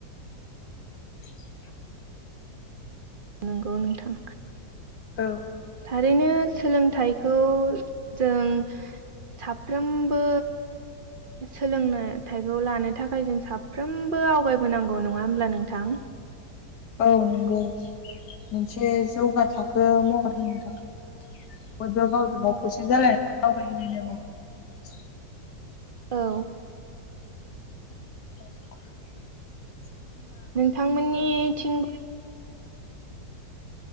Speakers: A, on the left; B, on the right.
A: <inaudible>
B: नोंगौ नोंथां।
A: औ
B: थारैनो सोलोंथाइखौ जों साफ्रोमबो सोलोंनोथाइखौ लानो थाखाय जों साफ्रोमबो आवगायबोनांगौ नङा होमब्ला नोंथां?
A: औ नंगौ मोनसे जौगा थाखो महद होनो थाखाय । बयबो गावजों गाव खौसे जालायनानै आवगायलायनांगौ ।
B: औ
A: औ <inaudible>
B: नोंथां मोननिथिंबो